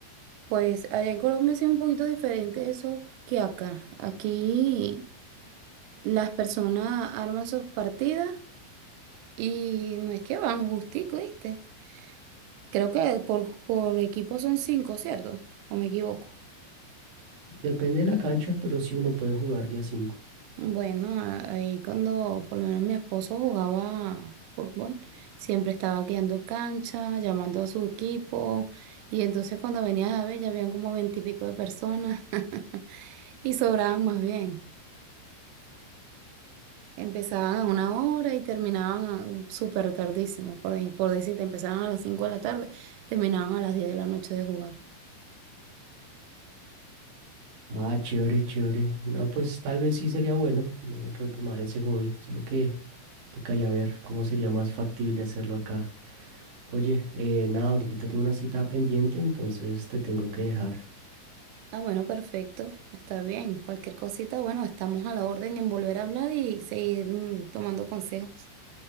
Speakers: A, on the right; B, on the right.
A: Pues allá en Colombia sí es un poquito diferente eso que acá. Aquí las personas arman sus partidas y no es que van justico, ¿viste? Creo que por, por equipo son cinco, ¿cierto? ¿O me equivoco?
B: Depende de la cancha, pero sí uno puede jugar día cinco.
A: Bueno, a- ahí cuando por lo menos mi esposo jugaba fútbol, siempre estaba guiando cancha, llamando a su equipo, y entonces cuando venías a ver ya habían como veintipico de personas <laughs> y sobraban más bien. Empezaban a una hora y terminaban a- súper tardísimo, por, de- por decirte, empezaban a las cinco de la tarde, terminaban a las diez de la noche de jugar.
B: Ah, chévere, chévere. No, pues tal vez sí sería bueno eh, retomar ese hobby, solo que tocaría ver cómo sería más factible hacerlo acá. Oye, eh, nada, ahorita tengo una cita pendiente, entonces te tengo que dejar.
A: Ah, bueno, perfecto, está bien. Cualquier cosita, bueno, estamos a la orden en volver a hablar y seguir mm, tomando consejos.